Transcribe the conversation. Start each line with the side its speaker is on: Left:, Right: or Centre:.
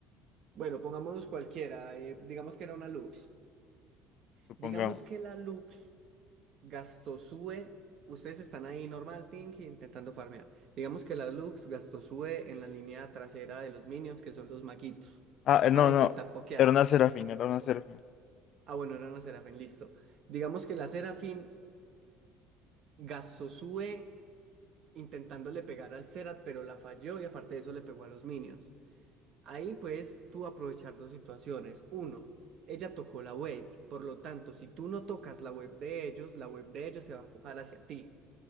Right: Bueno, pongamos cualquiera, eh, digamos que era una Lux.
Left: supongamos.
Right: Digamos que la Lux gastó su E, ustedes están ahí normal thinking intentando farmear. Digamos que la Lux gastó su E en la línea trasera de los minions, que son los maguitos,
Left: Ah, eh, no,
Right: para
Left: no.
Right: intentar pokearte.
Left: Era una Serafín, era una Serafín.
Right: Ah, bueno, era una Serafín, listo. Digamos que la Serafín gastó su E intentándole pegar al cerat, pero la falló y aparte de eso le pegó a los Minions. Ahí puedes tú aprovechar dos situaciones. Uno, ella tocó la wave, por lo tanto, si tú no tocas la wave de ellos, la wave de ellos se va a empujar hacia ti.